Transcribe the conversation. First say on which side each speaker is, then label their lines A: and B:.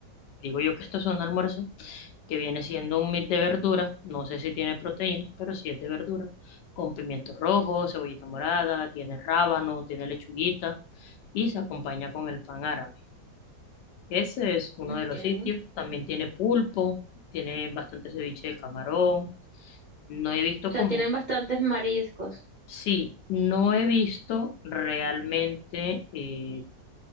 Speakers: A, on the left; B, on the right.
A: digo yo que estos son almuerzos, que viene siendo un mix de verduras, no sé si tiene proteínas, pero sí es de verdura, con pimiento rojo, cebollita morada, tiene rábano, tiene lechuguita y se acompaña con el pan árabe. Ese es uno
B: Okay.
A: de los sitios,
B: O
A: también tiene pulpo, tiene bastante ceviche de camarón. No he visto
B: sea,
A: como
B: tienen bastantes mariscos,
A: Sí, no he visto realmente eh,